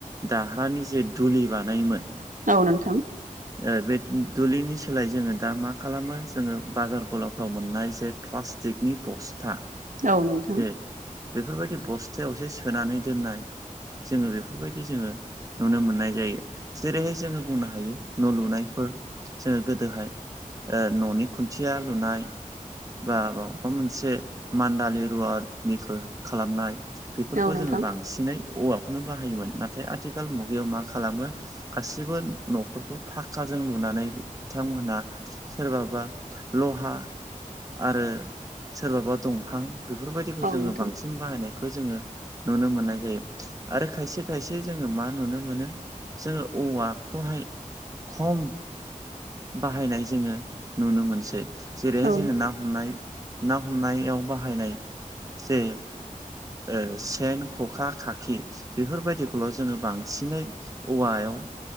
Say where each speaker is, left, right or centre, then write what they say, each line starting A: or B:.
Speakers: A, on the right; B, on the right.
A: दाह्रानि जे दुलि बानायोमोन।
B: औ नोंथां।
A: ओ बे दुलिनि सोलाय जोङो दा मा खालामो जोङो बाजार गलाफ्राव मोननाय जे प्लासटि जेकनि बस्था।
B: औ नोंथां
A: जे बेफोरबायदि बस्थायावसो सोनानै दोननाय जोङो बेफोरबायदि जोङो नुनो मोननाय जायो जेरैहाय जोङो बुंनो हायो न' लुनायफोर जोङो गोदोहाय ओ न'नि खुन्थिया लुनाय बा माबा मोनसे मान्दालि रुवानिफोर खालामनाय बे
B: औ
A: खौ
B: नोंथां
A: जोङो बांसिनै औवाखौनो बाहायोमोन नाथाय आथिखाल मुगायाव मा खालामो। गासिबो न'फोरखौ फखाजों लुनानै बिथांमोनहा सोरबाबा लहा आरो सोरबाबा दंफां बेफोरबायदिखौ
B: औ
A: जोङो
B: नोंथां
A: बांसिन बाहायनायखौ जोङो नुनो मोननाय जायो आरो खायसे खायसे जोङो मा नुनो मोनो। जोङो औवाखौहाय खम बाहायनाय जोङो नुनो मोनसै जेरैहाय
B: औ
A: जोङो ना हमनाय ना हमनायाव बाहायनाय जे ओ सि सेन ख'खा खाखि बेफोरबायदिखौल' जोङो बांसिनै औवायाव।